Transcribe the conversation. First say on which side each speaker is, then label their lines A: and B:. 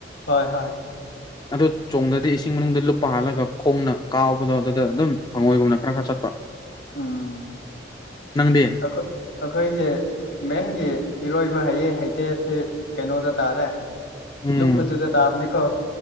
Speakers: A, on the left (about 75°); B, on the left (about 20°).
A: ꯍꯣꯏ ꯍꯣꯏ
B: ꯑꯗꯣ ꯆꯣꯡꯗ꯭ꯔꯗꯤ ꯏꯁꯤꯡ ꯃꯅꯨꯡꯗ ꯂ ꯄꯥꯍꯜꯂꯒ ꯈꯣꯡꯅ ꯀꯥꯎꯕꯗꯣ ꯑꯗꯨꯗ ꯑꯗꯨꯝ ꯍꯪꯉꯣꯏꯒꯨꯝꯅ ꯈꯔ ꯈꯔ ꯆꯠꯄ
A: ꯑꯥ
B: ꯅꯪꯗꯤ
A: ꯑꯩꯈꯣꯏ ꯑꯩꯈꯣꯏꯁꯦ ꯃꯦꯟꯒꯤ ꯏꯔꯣꯏꯕ ꯍꯩ ꯍꯩꯇꯦꯞꯁꯤ ꯀꯩꯅꯣꯗ ꯇꯥꯔꯦ
B: ꯎꯝ
A: ꯂꯨꯞꯄꯗꯨꯗ ꯇꯥꯕꯅꯤꯀꯣ